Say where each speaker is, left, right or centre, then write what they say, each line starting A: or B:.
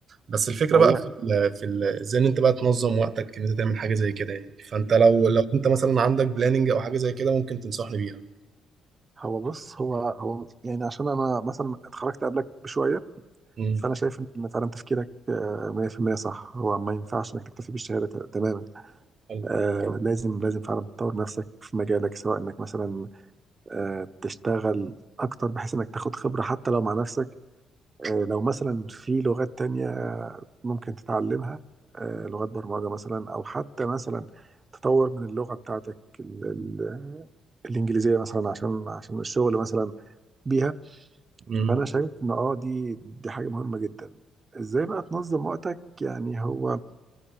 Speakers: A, on the right (about 50°); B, on the right (about 30°).
A: بس الفكره
B: هي
A: بقى في ال في ال ازاي ان انت بقى تنظم وقتك ان انت تعمل حاجه زي كده يعني فانت لو لو انت مثلا عندك بلاننج او حاجه زي كده ممكن تنصحني بيها
B: هو بص هو هو يعني عشان انا مثلا اتخرجت قبلك بشوية
A: امم
B: فانا شايف ان فعلا تفكيرك آه، 100% صح هو ما ينفعش انك تكتفي بالشهاده ت- تماما
A: حلو.
B: آه، لازم لازم فعلا تطور نفسك في مجالك سواء انك مثلا آه، تشتغل اكتر بحيث انك تاخد خبره حتى لو مع نفسك آه، لو مثلا في لغات تانية ممكن تتعلمها آه، لغات برمجه مثلا او حتى مثلا تطور من اللغه بتاعتك ال- ال- الانجليزيه مثلا عشان عشان الشغل مثلا بيها
A: امم
B: فانا شايف ان اه دي دي حاجه مهمه جدا ازاي بقى تنظم وقتك يعني هو